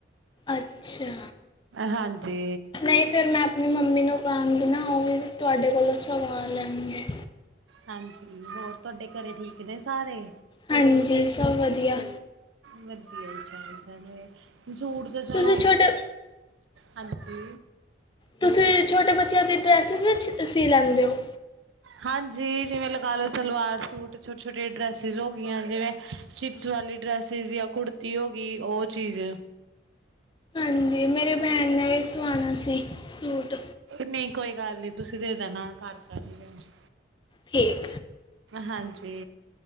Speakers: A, on the left; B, on the right.
A: ਅੱਛਾ।
B: ਹਾਂਜੀ।
A: ਨਹੀਂ ਫਿਰ ਮੈਂ ਆਪਣੀ ਮੰਮੀ ਨੂੰ ਕਹਾਂਗੀ ਨਾ, ਉਹ ਵੀ ਤੁਹਾਡੇ ਕੋਲੋਂ ਸਵਾ ਲੈਣਗੇ।
B: ਹਾਂਜੀ ਹੋਰ ਤੁਹਾਡੇ ਘਰੇ ਠੀਕ ਨੇ ਸਾਰੇ।
A: ਹਾਂਜੀ, ਸਭ ਵਧੀਆ।
B: ਵਧੀਆ ਈ ਚਾਹੀਦਾ ਵੇ, ਸੂਟ ਤੇ ਚਲੋ
A: ਤੁਸੀਂ ਛੋਟੇ
B: ਹਾਂਜੀ
A: ਤੁਸੀਂ ਛੋਟੇ ਬੱਚਿਆਂ ਦੀ ਡਰੈਸਿਸ ਵਿੱਚ ਸੀ ਲੈਂਦੇ ਓ?
B: ਹਾਂਜੀ, ਜਿਵੇਂ ਲਗਾ ਲੋ ਸਲਵਾਰ ਸੂਟ, ਛੋਟੇ ਛੋਟੇ ਡਰੈਸਿਸ ਹੋ ਗਈਆਂ ਜਿਵੇਂ ਸਟਿਪਸ ਵਾਲੀ ਡਰੈਸਿਸ ਜਾਂ ਕੁੜਤੀ ਹੋ ਗਈ, ਉਹ ਚੀਜ਼
A: ਹਾਂਜੀ, ਮੇਰੀ ਭੈਣ ਨੇ ਵੀ ਸਵਾਣਾ ਸੀ। ਸੂਟ
B: ਨਹੀਂ ਕੋਈ ਗੱਲ ਨੀ ਤੁਸੀਂ ਦੇ ਦੇਣਾ ਘਰ ਕਰ ਰਹੀ ਇੰਜ।
A: ਠੀਕ
B: ਹਾਂਜੀ